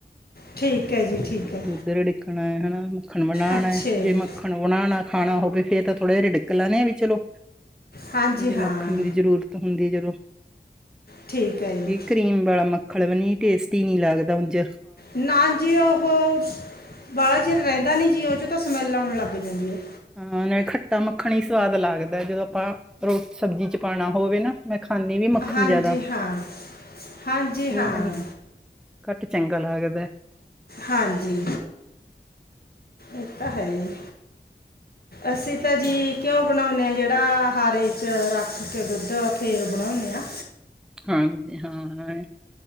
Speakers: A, on the left; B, in the centre.
A: ਠੀਕ ਹੈ ਜੀ ਠੀਕ ਹੈ
B: ਦੁੱਧ ਰਿੜਕਣਾ, ਹੈਨਾ, ਮੱਖਣ ਬਣਾਣਾ
A: ਅੱਛਾ ਜੀ
B: ਜੇ ਮੱ ਖਣੋਣਾ ਨਾ ਖਾਣਾ ਹੋਵੇ, ਫੇਰ ਤਾਂ ਥੋੜੇ ਜਿਹਾ ਰਿੜਕ ਲੈੰਦੇ ਆਂ, ਵੀ ਚਲੋ
A: ਹਾਂਜੀ
B: ਵੀ,
A: ਹਾਂ
B: ਮੱਖਣ ਦੀ ਜ਼ਰੂਰਤ ਹੁੰਦੀ ਹੈ, ਜਦੋਂ
A: ਠੀਕ ਹੈ ਜੀ।
B: ਇਹ ਕਰੀਮ ਵਾਲਾ ਮੱਖਲ ਵੀ ਨੀ, ਟੇਸਟੀ ਨੀ, ਲੱਗਦਾ ਉੰਝ।
A: ਨਾ ਜੀ, ਉਹ ਵਾਲਾ ਚਿਰ ਰਹਿੰਦਾ ਨਹੀਂ ਜੀ, ਉਹ 'ਚੋਂ ਤਾਂ ਸਮੈੱਲ ਆਉਣ ਲੱਗ ਜਾਂਦੀ ਹੈ।
B: ਹਾਂ, ਖੱਟਾ ਮੱਖਣ ਹੀ ਸਵਾਦ ਲੱਗਦਾ, ਜਦੋਂ ਆਪਾਂ, ਸਬਜ਼ੀ ਚ ਪਾਉਣਾ ਹੋਵੇ ਨਾ। ਮੈਂ ਖਾਂਦੀ ਨਹੀਂ, ਮੱਖਣ
A: ਹਾਂਜੀ
B: ਜ਼ਿਆਦਾ
A: ਹਾਂ ਹਾਂਜੀ
B: ਕਿਉੰ,
A: ਹਾਂ
B: ਮੈਨੂੰ ਘੱਟ, ਚੰਗਾ ਲੱਗਦਾ।
A: ਹਾਂਜੀ, ਇਹ ਤਾਂ ਹੈ ਜੀ। ਅਸੀਂ ਤਾਂ ਜੀ, ਘਿਓ ਬਣਾਉਂਦੇ ਹਾਂ, ਜਿਹੜਾ 'ਹਾਰੇ 'ਚ ਰੱਖ ਕੇ ਦੁੱਧ ਫ਼ੇਰ, ਬਣਾਉਨੇ ਆਂ।
B: ਹਾਂਜੀ, ਹਾਂ।